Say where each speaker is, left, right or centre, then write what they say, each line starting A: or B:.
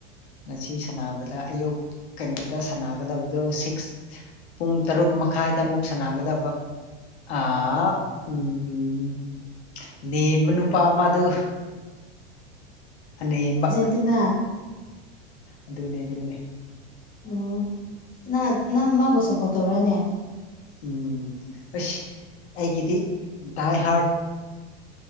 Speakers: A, on the left; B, on the left.
A: ꯉꯁꯤ ꯁꯥꯟꯅꯕꯗ ꯑꯌꯨꯛ ꯀꯩꯅꯣꯗ ꯁꯥꯟꯅꯒꯗꯕꯗꯣ ꯁꯤꯛꯁ ꯄꯨꯡ ꯇꯔꯨꯛ ꯃꯈꯥꯏꯗ ꯑꯃꯨꯛ ꯁꯥꯟꯅꯒꯗꯕ ꯑꯥ ꯎꯝ ꯅꯦꯝꯕ ꯅꯨꯄꯥ ꯑꯃꯗꯣ ꯑꯅꯦꯝꯕ
B: <unintelligible>
A: ꯑꯗꯨꯅꯦ ꯑꯗꯨꯅꯦ
B: ꯑꯣ ꯅ ꯅꯪ ꯃꯥꯕꯨ ꯁꯞꯄꯣꯔꯠ ꯇꯧꯕ꯭ꯔꯅꯦ
A: ꯎꯝ ꯑꯩꯁ ꯑꯩꯒꯤꯗꯤ ꯗꯥꯏ ꯍꯥꯔꯠ